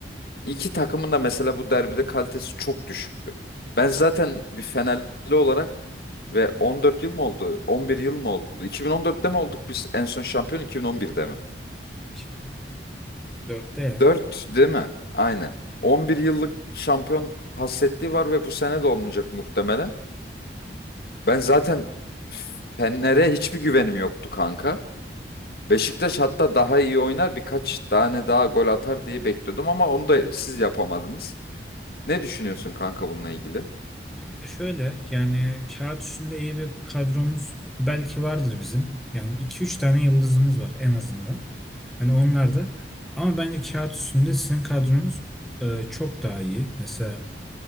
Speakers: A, on the left; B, in the centre.
A: iki takımın da mesela bu derbide kalitesi çok düşüktü. Ben zaten bir Fenerli olarak Ve 14 yıl mı oldu? 11 yıl mı oldu? 2014'te mi olduk biz en son şampiyon 2011'de mi?
B: 2014'te ya
A: 4 değil mi? Aynen. 11 yıllık şampiyon hasretliği var ve bu sene de olmayacak muhtemelen. Ben zaten Fener'e hiçbir güvenim yoktu kanka. Beşiktaş hatta daha iyi oynar birkaç tane daha gol atar diye bekliyordum ama onu da siz yapamadınız. Ne düşünüyorsun kanka bununla ilgili?
B: Kanka şöyle yani kağıt üstünde iyi bir kadromuz belki vardır bizim. Yani iki üç tane yıldızımız var en azından. Hani onlar da ama bence kağıt üstünde sizin kadronuz e, çok daha iyi. Mesela